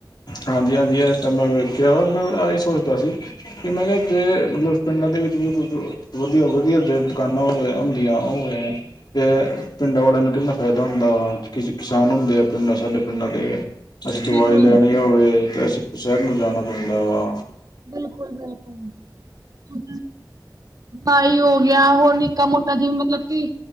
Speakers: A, on the left (about 65°); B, on the right (about 55°).
A: ਹਾਂਜੀ ਹਾਂਜੀ ਇਹ ਤਾਂ ਮੈਂ ਵੇਖਿਆ ਮੈਂ ਇਹ ਸੋਚਦਾ ਸੀ ਕਿ ਮੈਂ ਕਿਹਾ ਜੇ ਮਤਲਬ ਪਿੰਡਾਂ ਦੇ ਵਿੱਚ ਵੀ ਕੁੱਝ ਵਧੀਆ ਵਧੀਆ ਦੁਕਾਨਾਂ ਹੋਵੇ ਹੁੰਦੀਆਂ ਹੋਵੇ ਤੇ ਪਿੰਡਾਂ ਵਾਲਿਆਂ ਨੂੰ ਕਿੰਨਾ ਫਾਇਦਾ ਹੁੰਦਾ ਵਾ ਕਿਸੇ ਕਿਸਾਨ ਹੁੰਦੇ ਆ ਪਿੰਡਾਂ ਸਾਡੇ ਪਿੰਡਾਂ ਦੇ ਅਸੀਂ ਦਵਾਈ
B: ਬਿਲਕੁਲ
A: ਲੈਣੀ ਹੋਵੇ ਤੇ ਅਸੀਂ ਸ਼ਹਿਰ ਨੂੰ ਜਾਣਾ ਪੈਂਦਾ ਵਾ
B: ਬਿਲਕੁੱਲ ਬਿਲਕੁੱਲ ਉਹ ਤਾਂ ਹੋ ਗਿਆ ਹੋਰ ਨਹੀਂ ਮੋਟਾ ਮੋਟਾ ਜਿਵੇਂ ਮੱਤਲਬ ਕਿ